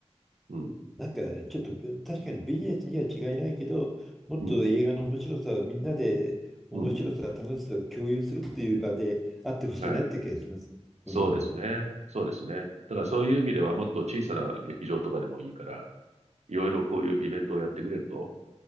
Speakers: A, on the right; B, in the centre.
A: うん、
B: なんか、ちょっと、確かにビジネスには違いないけど、もっと映画の面白さをみんなで、
A: うん、うん、
B: 面白さ、
A: うん。
B: 楽しさを共有するっていう場であってほしいなっていう気がします。
A: はい。そうですね。
B: うん。
A: そうですね。だからそういう意味では、もっと小さな劇場とかでもいいから、いろいろこういうイベントをやってくれると